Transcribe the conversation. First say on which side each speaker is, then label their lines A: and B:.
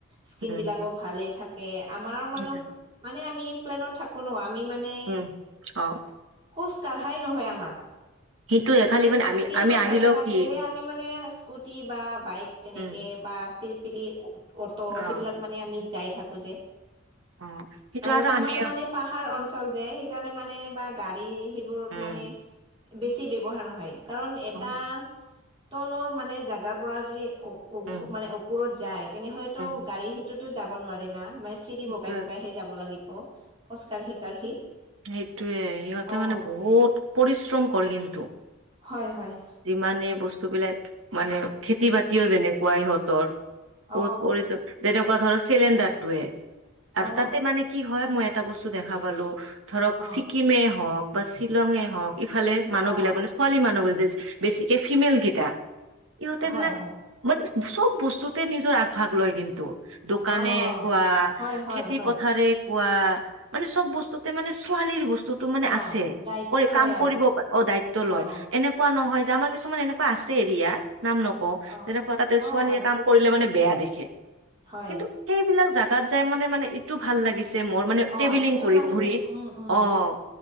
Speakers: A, on the right; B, on the right.
A: স্কিন
B: উম,
A: বিলাকো ভালে থাকে আমাৰ মানুহ
B: সেইটো
A: মানে আমি প্লেনত থাকো ন আমি মানে
B: উম, অ',
A: কোচ কাঢ়াই নহয় আমাৰ
B: সেইটোয়ে
A: মানে
B: খালি আমি
A: সেইমান
B: আমি আহিলেও
A: ৰাস্তা
B: কি
A: গেলে আমি মানে স্কুটি বা বাইক তেনেকে
B: উম,
A: বা পপিলি অটো
B: অ',
A: সেইবিলাক মানে আমি যাই থাকো যে
B: অ', সেইটো
A: আৰু তাৰ
B: আমি
A: মাৰো মানে পাহাৰ অঞ্চল যে সেইকাৰণে মানে বা গাড়ী সেইবোৰত
B: উম,
A: মানে বেছি ব্যৱহাৰ নহয় কাৰণ এটা
B: অ,
A: তলৰ মানে জাগাৰ পৰা যদি
B: উম,
A: মানে ওপৰত যায় তেনেহলেতো
B: উম,
A: গাড়ী হিটোতো যাব নোৱাৰে না মানে চি দি
B: সেইটোৱে।
A: বগাই বগাইহে যাব লাগিব খোজ কাঢ়ি কাঢ়ি
B: সেইটোৱে ইহঁতে
A: অ
B: মানে বহুত পৰিশ্ৰম কৰে কিন্তু
A: হয় হয়।
B: যিমানে বস্তুবিলাক মানে খেতি বাতিও যেনেকুৱাই ইহঁতৰ
A: অ
B: বহুত পৰিচয় যেনেকুৱা ধৰ চিলিণ্ডাৰ টোৱে
A: অ
B: আৰু তাতে মানে কি হয় মই এটা বস্তু দেখা পালো ধৰক
A: অ
B: ছিকিমে হওক বা শ্বিলঙে হওঁক ইফালে মানুহ
A: অ
B: বিলাক মানে ছোৱালী মানুহব যে বেছিকে ফিমেল কেইটা ইহঁতে
A: হয় হয়
B: মানে চব বস্তুতে নিজৰ আগভাগ লয় কিন্তু দোকানে
A: অহ,
B: কোৱা
A: হয়, হয়,
B: খেতি
A: হয়।
B: পথাৰে কোৱা মানে চব বস্তুতে মানে ছোৱালীৰ বস্তু বেতু মানে
A: অহ,
B: আছে
A: দায়িত্ব লয়
B: কাম
A: আৰু।
B: কৰিব অ', দায়িত্ব এনেকুৱা
A: অহ,
B: নহয় যে আমাৰ কিছুমান এনেকুৱা আছে এৰিয়া নাম নক
A: অহ,
B: তেনেকুৱা তাতে
A: অহ,
B: ছোৱালীয়ে
A: হয়,
B: কাম কৰিলে মানে বেয়া দেখে
A: হয়।
B: কিন্তু। সেইবিলাক জাগাত যাই মানে, মানে এইটো ভাল লাগিছে। মোৰ মানে
A: অহ,
B: ট্ৰেভেলিং
A: সেইটো
B: কৰি
A: মানে
B: ঘূৰি ফুৰি
A: উম, উম, উম।
B: অ'।